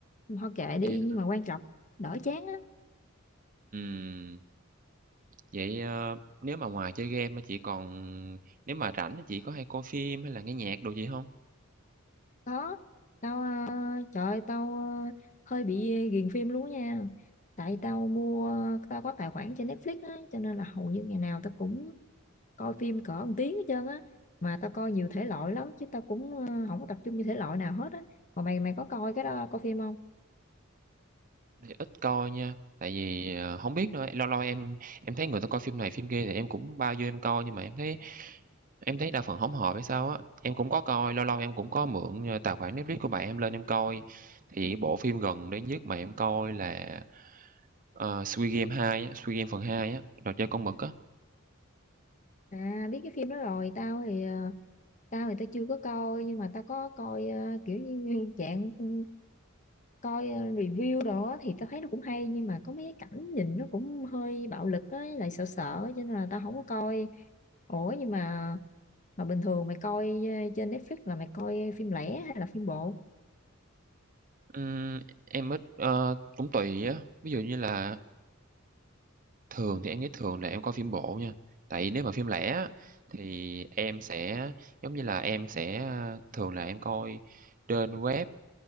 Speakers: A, on the left; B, on the right.
A: thôi kệ đi
B: Dạ.
A: nhưng mà quan trọng đỡ chán á
B: Ừm, vậy, ờ, nếu mà ngoài chơi game á, chị còn nếu mà rảnh á, chị có hay coi phim hay là nghe nhạc đồ gì không
A: có tao ờ, trời ơi, tao ờ, hơi bị ghiền phim luôn á nha tại tao mua tao có tài khoản trên Netflix á cho nên là hầu như ngày nào tao cũng coi phim cỡ một tiếng hết trơn á mà tao coi nhiều thể loại lắm chứ tao cũng ờ, không có tập trung như thể loại nào hết á còn mày mày có coi cái đó coi phim không
B: Thì ít coi nha, tại vì, ờ, hổng biết nữa, lâu lâu em em thấy người ta coi phim này phim kia thì em cũng bao vô em coi, nhưng mà em thấy em thấy đa phần hổng hợp hay sao á. Em cũng có coi, lâu lâu em cũng có mượn, ơ, tài khoản Netflix của bạn em lên em coi, thì bộ phim gần đây nhất mà em coi là, ờ, Squid Game hai á, Squid Game phần hai á, trò chơi con mực á.
A: à biết cái phim đó rồi tao thì ờ, tao thì tao chưa có coi nhưng mà tao có coi ờ, kiểu như dạng ừ, coi ờ, review đồ á thì tao thấy nó cũng hay nhưng mà có mấy cái cảnh nhìn nó cũng hơi bạo lực ấy lại sợ sợ cho nên là tao không có coi ủa nhưng mà mà bình thường mày coi ờ, trên Netflix là mày coi phim lẻ hay là phim bộ
B: Ừm, em ít, ờ, cũng tùy á, ví dụ như là Thường thì em nghĩ thường là em coi phim bộ nha, tại nếu mà phim lẻ á, thì em sẽ giống như là, em sẽ, a, thường là em coi trên web